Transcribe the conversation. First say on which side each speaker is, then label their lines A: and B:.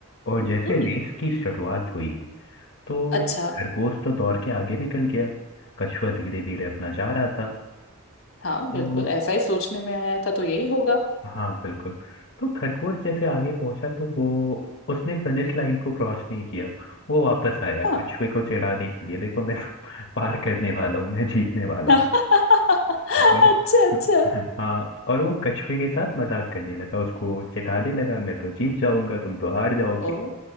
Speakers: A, on the left (about 55°); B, on the left (about 70°).
A: और जैसे
B: हम्म
A: रेस की शुरुआत हुई तो
B: अच्छा
A: खरगोश तो दौड़ के आगे निकल गया कछुआ धीरे धीरे अपना जा रहा था
B: हाँ
A: तो
B: बिल्कुल ऐसा ही सोचने में आया था तो यही होगा
A: हाँ बिल्कुल तो खरगोश जैसे आगे पहुंचा तो वो उसने फिनिश लाइन को क्रॉस नहीं किया वो वापस आया
B: हाँ
A: कछुए को चिढ़ाने के लिए देखो मैं तो <laughs> पार करने वाला हूँ मैं जीतने वाला
B: <laughs>
A: हूँ और
B: अच्छा अच्छा
A: हाँ और वो कछुए के साथ मजाक करने लगा उसको चिढ़ाने लगा मैं तो जीत जाऊंगा तुम तो हार जाओगे
B: ओ